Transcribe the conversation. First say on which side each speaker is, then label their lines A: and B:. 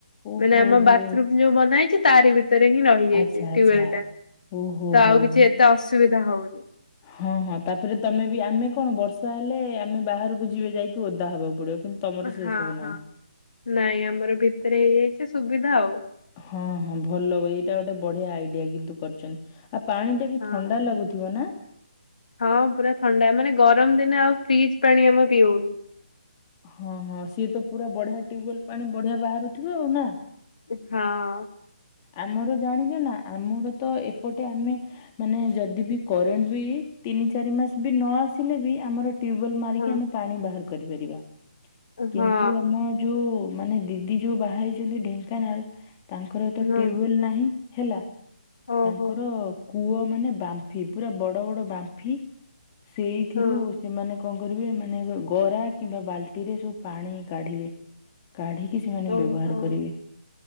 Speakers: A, on the left; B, on the left.
A: ଓହୋ
B: ମାନେ ଆମ
A: ହୋ
B: ବାଥରୁମ୍ ଯଉ ବନା ହେଇଚି ତାରି ଭିତ୍ ଭିତରେ ହିଁ ରହିଯାଇଛି
A: ଆଚ୍ଛା ଆଚ୍ଛା
B: ଟ୍ୟୁବଲ ଟା
A: ଓହୋ
B: ତ
A: ହୋ
B: ଆଉ କିଛି
A: ହୋ
B: ଏତେ ଅସୁବିଧା ହଉନି।
A: ହଁ ହଁ ତାପରେ ତମେ ବି ଆମେ କଣ ବର୍ଷା ହେଲେ ଆମେ ବାହାରକୁ ଯିବେ ଯାଇକି ଓଦା ହବାକୁ ପଡିବ କିନ୍ତୁ ତମର ସେ
B: ହଁ
A: ସବୁ ନାହିଁ।
B: ହଁ ନାଇଁ ଆମର ଭିତରେ ହେଇଯାଇଛି ସୁବିଧା ଆଉ।
A: ହଁ ହଁ ଭଲ ଏଇଟା ଗୋଟେ ବଢିଆ ଆଇଡିଆ କିନ୍ତୁ କରିଛନ୍ତି। ଆଉ ପାଣି ଟା ବି
B: ହଁ।
A: ଥଣ୍ଡା ଲାଗୁଥିବ ନା?
B: ହଁ ପୁରା ଥଣ୍ଡା ମାନେ ଗରମ ଦିନେ ଆଉ ଫ୍ରିଜ ପାଣି ଆମେ ପିଇଉନୁ।
A: ହଁ ହଁ ସିଏ ତ ପୁରା ବଢିଆ ଟ୍ୟୁବେଲ ପାଣି ବଢିଆ ବାହାରୁଥିବ ଆଉ ନା?
B: ହଁ
A: ଆମର ଜାଣିଛ ନା ଆମର ତ ଏପଟେ ଆମେ ମାନେ ଯଦି ବି କରେଣ୍ଟ ବି ତିନି ଚାରି ମାସ ବି ନ ଆସିଲେ ବି ଆମର ଟ୍ୟୁବୱେଲ୍ ମାରିକି
B: ହଁ
A: ଆମେ ପାଣି ବାହାର କରିପାରିବା। କିନ୍ତୁ
B: ହଁ
A: ଆମ ଯୋଉ ମାନେ ଦିଦି ଯୋଉ ବାହା ହେଇଛନ୍ତି ଢେଙ୍କାନାଳ। ତାଙ୍କର ତ
B: ହଁ
A: ଟ୍ୟୁୱେଲ୍ ନାହିଁ ହେଲା।
B: ଓହୋ
A: ତାଙ୍କର କୂଅ ମାନେ ବାମ୍ଫି ପୁରା ବଡ ବଡ ବାମ୍ଫି। ସେଇଥିରୁ
B: ହଁ
A: ସେମାନେ କଣ କରିବେ ମାନେ ଗରା କିମ୍ବା ବାଲ୍ଟି ରେ ସବୁ ପାଣି କାଢିବେ। କାଢିକି ସେମାନେ
B: ଓହୋ।
A: ବ୍ୟବହାର କରିବେ